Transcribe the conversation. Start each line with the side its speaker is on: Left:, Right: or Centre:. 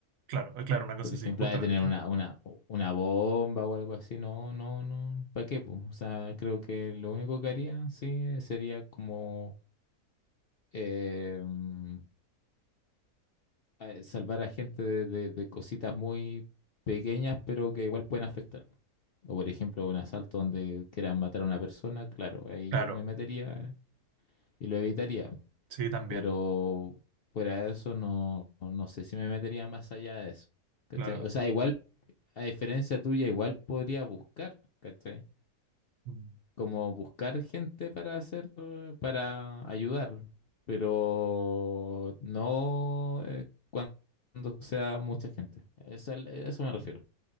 Right: Claro, eh, claro, una cosa
Left: Por ejemplo,
Right: así, justamente.
Left: a tener una, una, una bomba o algo así. No, no, no. ¿Para qué, po? O sea, creo que lo único que haría, sí, sería como... em, eh, salvar a gente de, de- de cositas muy pequeñas, pero que igual pueden afectar. O por ejemplo, un asalto donde quieran matar a una persona, claro, ahí
Right: Claro,
Left: yo me metería y lo evitaría.
Right: sí, también.
Left: Pero fuera de eso, no, no sé si me metería más allá de eso. ¿Cachai?
Right: Claro.
Left: O sea, igual, a diferencia tuya, igual podría buscar, ¿cachai?
Right: Mm.
Left: como buscar gente para hacer, eh, para ayudar, pero no eh, cuan- cuando sea mucha gente. Eso, al- eso me refiero.